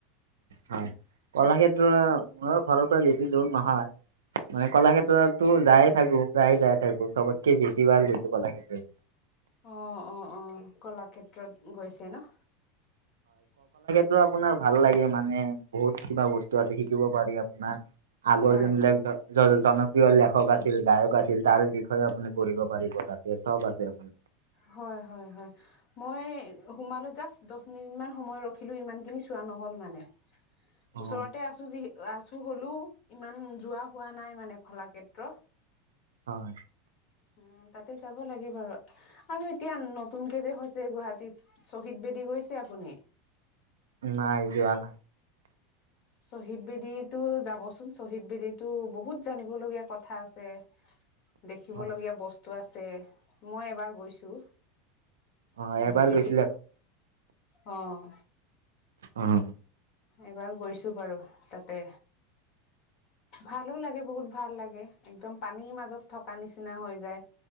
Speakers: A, on the right; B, on the left.
A: হয়, কলাক্ষেত্ৰ মোৰ ঘৰৰ পৰা বেছি দূৰ নহয়। মানে কলাক্ষেত্ৰতো যায় থাকোঁ প্ৰায় যায় থাকোঁ চবতকে বেছি বাৰ গৈছোঁ কলাক্ষেত্ৰ
B: অ' অ' অ' কলাক্ষেত্ৰত গৈছে ন।
A: টো আপোনাৰ ভাল লাগে মানে বহুত, কিবা বস্তু আছে শিকিব পাৰি আপোনাৰ। আগৰ
B: হয়
A: যোনবিলাক ‌ধ। জন জনপ্ৰিয় লেখক আছিল গায়ক আছিল তাৰ বিষয়ে আপুনি পঢ়িব পাৰিব তাতে চব আছে।
B: হয় হয় হয় মই সোমালো জাষ্ট দচ মিনিত মান সময় ৰখিলো ইমানখিনি চো। চোৱা নহ'ল মানে
A: অ,
B: ওচৰতে আছো যি আছো হলোঁ। ইমান যোৱা হোৱা নাই মানে কলাক্ষেত্ৰ।
A: হয়।
B: উম তাতে যাব লাগে বাৰু। আৰু এতিয়া নতুনকে যে হৈছে গুৱাহাটীত শ্বহীদ বেদী গৈছে আপুনি?
A: নাই যোৱা।
B: শ্বহীদ বেদীত। টো যাবচোন, শ্বহীদ বেদীটো বহুত জানিবলগীয়া কথা আছে। দেখিবলগীয়া
A: হয়,
B: বস্তু আছে, মই এবাৰ গৈছোঁ।
A: অ
B: শ্বহীদ
A: এবাৰ
B: বেদী,
A: গৈছিলে আপুনি?
B: অহ।
A: অহ।
B: এবাৰ গৈছো বাৰু, তাতে।
A: <unintelligible>
B: ভালো লাগে, বহুত ভাল লাগে। একদম পানীৰ মাজত থকা নিচিনা হৈ যায়।